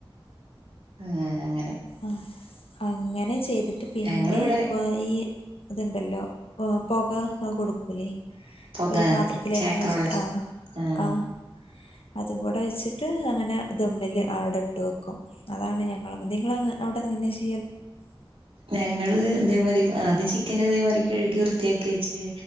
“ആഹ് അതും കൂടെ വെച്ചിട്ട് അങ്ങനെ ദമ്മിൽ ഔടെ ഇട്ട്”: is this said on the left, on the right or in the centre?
Left